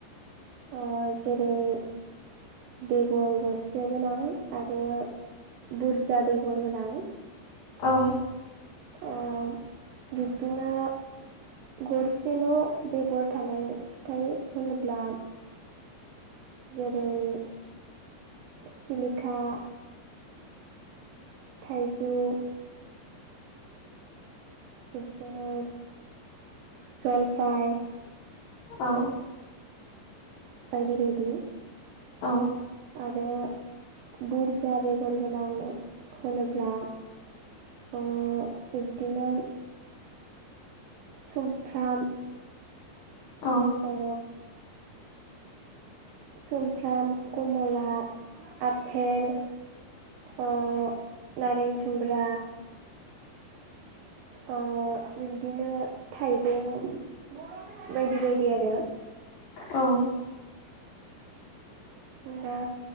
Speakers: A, on the right (about 80°); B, on the left (about 80°).
A: ओ जेरै बेगर गरसे गोनां। आरो बुरजा बेगर गोनां।
B: औ
A: ओ बिब्दिनो गरसेल' बेगर थानाय फिथाइ होनोब्ला जेरै सिलिका थाइजौ बिदिनो जलफाय
B: औ
A: बायदि बायदि
B: औ
A: आरो बुरजा बेगर गोनां होनोब्ला। अ' बिब्दिनो सुमफ्राम
B: औ
A: ओ सुमफ्राम, कमला, आपेल ओ नारें जुमब्रा अ' बिब्दिनो थाइबें बायदि बायदि आरो
B: औ
A: दा